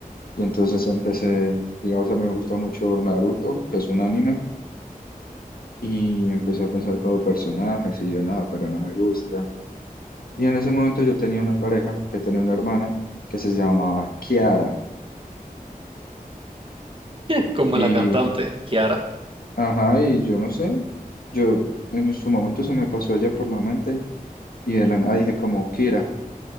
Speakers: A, on the left (about 80°); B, on the right (about 35°).
A: Y entonces empecé, digamos, a mí me gusta mucho Naruto, que es un anime, y empecé a pensar como personajes y yo nada, pero no me gusta. Y en ese momento yo tenía una pareja que tenía una hermana que se llamaba Kiara.
B: <laughs> Como
A: Y,
B: la cantante, Kiara.
A: ajá, y yo no sé, yo en su momento se me pasó ella por la mente y de la nada dije como, Kira.